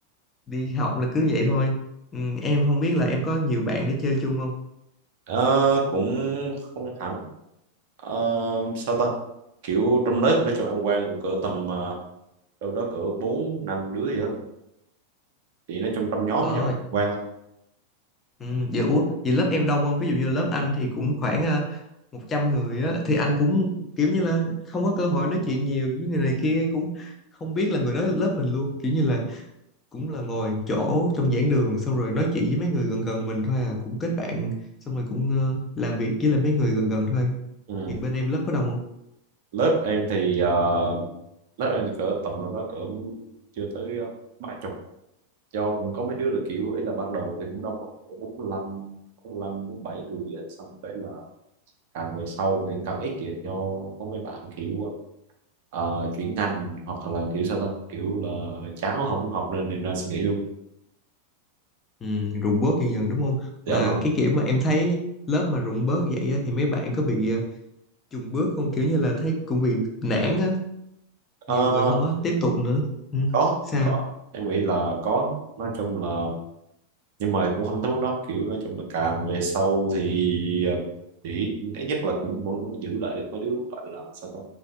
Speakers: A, on the left (about 20°); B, on the right (about 50°).
A: đi học là cứ vậy thôi ừ, em không biết là em có nhiều bạn để chơi chung không
B: ờ, cũng không hẳn Ờ, sao ta kiểu trong lớp nói chung em quen cũng cỡ tầm ờ, đâu đó cỡ bốn năm đứa gì đó thôi thì nói chung trong nhóm
A: ờ
B: với nhau quen thôi
A: Ừ, vậy, ủa, vậy lớp em đông không? Ví dụ như lớp anh thì cũng khoảng ờ, 100 người á, thì anh cũng kiểu như là không có cơ hội nói chuyện nhiều với người này kia cũng không biết là người đó lớp mình luôn. Kiểu như là cũng là ngồi chỗ trong giảng đường xong rồi nói chuyện với mấy người gần gần mình thôi à, cũng kết bạn xong rồi cũng ờ, làm việc với lại mấy người gần gần thôi.
B: ừ.
A: Thì bên em lớp có đông không?
B: lớp em thì ờ, lớp em thì cỡ tầm đâu đó cỡ chưa tới ờ, ba chục do cũng có mấy đứa là kiểu ấy là ban đầu thì cũng đông á, cỡ bốn mươi lăm bốn lăm bốn bảy người á, xong cái là càng về sau thì càng ít kìa cho có mấy bạn kiểu ờ, chuyển ngành hoặc là kiểu sao ta kiểu là chán không muốn học nên nên suy nghĩ luôn
A: Ừ, rụng bớt dần dần đúng không?
B: dạ
A: Mà
B: đúng rồi
A: cái kiểu mà em thấy lớp mà rụng bớt vậy á, thì mấy bạn có bị ờ, chùng bước không? Kiểu như là thấy cũng bị nản á
B: Ờ,
A: nhiều người không có tiếp tục nữa ừ.
B: có
A: sao
B: có em nghĩ là có nói chung là nhưng mà cũng không tới mức đó kiểu nói chung là càng về sau thì ờ, thì ít nhất là cũng vẫn giữ lại được mấy đứa gọi là sao ta